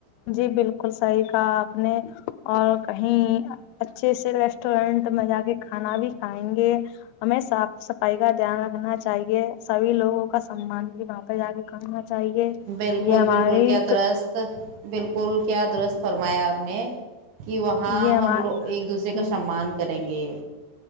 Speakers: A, on the left; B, on the right.
A: جی بالکل صحیح کہا آپ نے اور کہیں اچھے سے ریسٹورنٹ میں جا کے کھانا بھی کھائیں گے ہمیں صاف صفائی کا دھیان رکھنا چاہیے سبھی لوگوں کا سممان بھی وہاں پہ جا کے کرنا چاہیے
B: بالکل
A: یہ ہماریے
B: بالکل کیا درست بالکل کیا درست فرمایا آپ نے کہ وہاں
A: یہ ہمار
B: ہم لوگ ایک دوسرے کا سسمان کریں گے